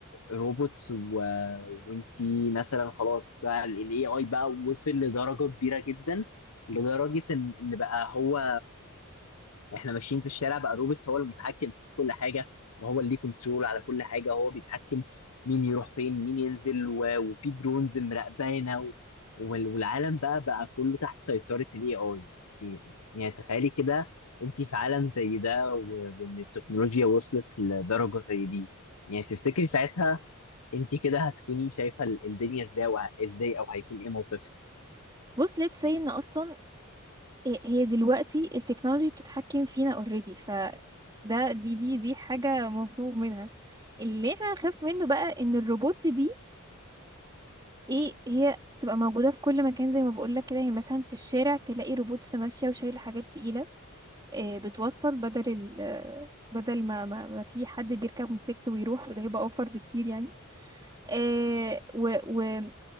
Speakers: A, on the left; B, on the right.
A: روبوتس و... وانتي مثلا خلاص بقى الاي اي بقى وصل لدرجه كبيره جدا لدرجه ان ان بقى هو احنا ماشيين في الشارع بقى روبس هو المتحكم في كل حاجه وهو اللي ليه كنترول على كل حاجه هو بيتحكم مين يروح فين مين ينزل و... وفي درونز مراقبانا و... وال... والعالم بقى بقى كله تحت سيطره الاي اي يعني تخيلي كده انت في عالم زي ده و... وان التكنولوجيا وصلت لدرجه زي دي يعني تفتكري ساعتها انت كده هتكوني شايفه ال- الدنيا ازاي وه- ازاي او هيكون ايه موقفك
B: بص let's say ان اصلا آه، هي دلوقتي التكنولوجي بتتحكم فينا already ف ده دي دي دي حاجة مفروغ منها اللي احنا نخاف منه بقى ان الروبوتس دي ايه هي تبقى موجودة في كل مكان زي ما بقولك كده يعني مثلا في الشارع تلاقي روبوتس ماشية وشايلة حاجات تقيلة آه، بتوصل بدل ال بدل ما ما ما في حد بيركب موتوسيكل ويروح وده هيبقى اوفر بكتير يعني آه و, و آه،